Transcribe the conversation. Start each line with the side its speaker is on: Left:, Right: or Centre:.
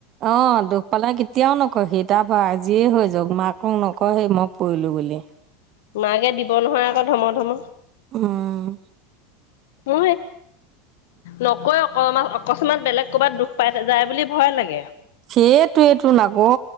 Right: অ দুখ পালে কেতিয়াও নকয় সি তাৰ পৰা আজিয়ে হৈ যওক মাকক নকয় সেই মই পৰিলো। <inaudible>
Left: মাকে দিব নহয় আকৌ ধম ধম।
Right: উম!
Left: ম নকৈ অকমান অকস্মাত বেলেগ ক'বাত দুখ পাই যায় বুলি ভয় লাগে।
Right: সেইটোৱেইটো নক